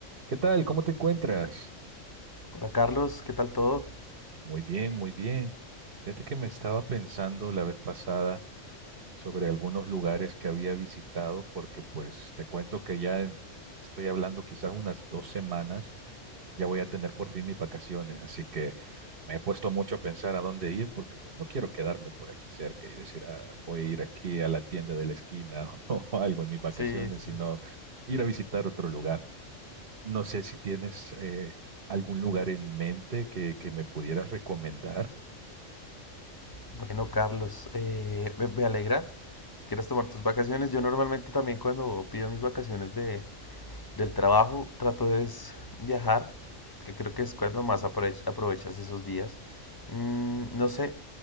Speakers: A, on the right; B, on the left.
A: ¿Qué tal? ¿Cómo te encuentras?
B: Hola Carlos, ¿qué tal todo?
A: Muy bien, muy bien. Fíjate que me estaba pensando la vez pasada sobre algunos lugares que había visitado, porque pues te cuento que ya en- estoy hablando quizás unas dos semanas, ya voy a tener por fin mis vacaciones, así que me he puesto mucho a pensar a dónde ir, porque pues no quiero quedarme por aquí cerca y decir, "Ah, voy a ir aquí a la tienda de la esquina <laughs> o algo en mis vacaciones,
B: Sí, sí,
A: sino
B: sí.
A: ir a visitar otro lugar. No sé si tienes eh, algún lugar en mente que, que me pudieras recomendar.
B: Bueno, Carlos, eh, me, me alegra que quieras tomar tus vacaciones. Yo normalmente también cuando pido mis vacaciones de, del trabajo trato de es viajar, que creo que es cuando más aprove- aprovechas esos días. Mm, no sé,